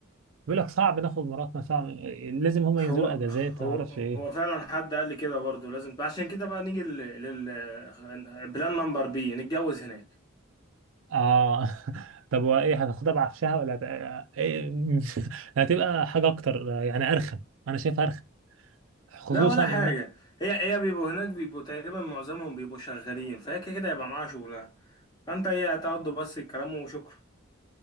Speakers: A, on the right (about 75°); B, on the left (about 20°).
A: بيقول لك صعب ناخد مراتنا صعب لازم هما
B: هو
A: ينزلوا اجازات
B: هو
A: ما اعرفش ايه
B: هو فعلا حد قال لي كده برضه لازم عشان كده بقى نيجي لل لل- بلان نمبر بي نتجوز هناك
A: اه <laughs> طب وايه هتاخدها بعفشها ولا هت... إيه؟ <laughs> هتبقى حاجه اكتر يعني ارخم انا شايفها ارخم خصوصا
B: لا ولا
A: ان
B: حاجة هي هي بيبقوا هناك بيبقوا تقريبا معظمهم بيبقوا شغالين فهي كده كده يبقى معاها شغلها فانت هي هتقعدوا بس الكلام وشكرا